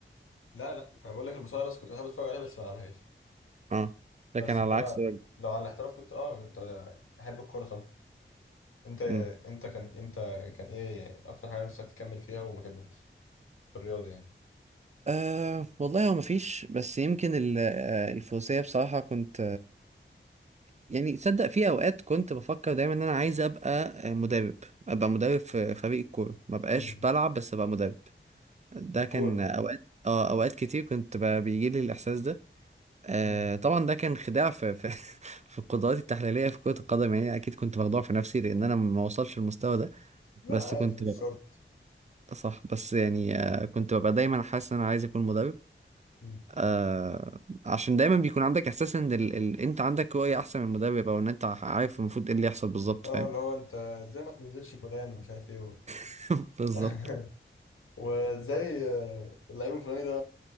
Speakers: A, on the left (about 85°); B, on the right (about 35°).
A: لا لا انا بقول لك المصارعة بس كنت بحب اتفرج عليها بس ما العبهاش
B: اه لكن
A: بس
B: على
A: انما
B: العكس
A: لو على الاحتراف كنت اه كنت احب الكورة طبعا انت
B: مم.
A: انت كان انت كان ايه يعني اكتر حاجة نفسك تكمل فيها وما كملتش في الرياضة يعني
B: أه والله هو مفيش بس يمكن ال- آه، الفروسية بصراحة كنت يعني تصدق في اوقات كنت بفكر دايما ان انا عايز ابقى آه، مدرب ابقى مدرب في فريق الكوره ما بقاش
A: امم
B: بلعب بس ابقى مدرب ده
A: الكورة
B: كان اوقات اه اوقات كتير كنت بيجي لي الاحساس ده آه
A: امم
B: طبعا ده كان خداع في في, <laughs> في القدرات التحليليه في كره القدم يعني اكيد كنت مخدوع في نفسي لان انا ما وصلش للمستوى ده
A: لا
B: بس
A: عادي
B: كنت
A: مش
B: ببقى
A: شرط
B: صح بس يعني آه كنت ببقى دايما حاسس ان انا عايز اكون مدرب
A: مم.
B: آه عشان دايما بيكون عندك احساس ان ال... ال... انت عندك رؤية احسن من المدرب او ان انت عارف المفروض ايه اللي يحصل بالظبط
A: اه
B: فاهم
A: اللي هو انت ازاي ما تنزلش فلان ومش عارف ايه و-
B: <laughs> بالظبط
A: <laughs> وازاي آه، اللعيب الفلاني ده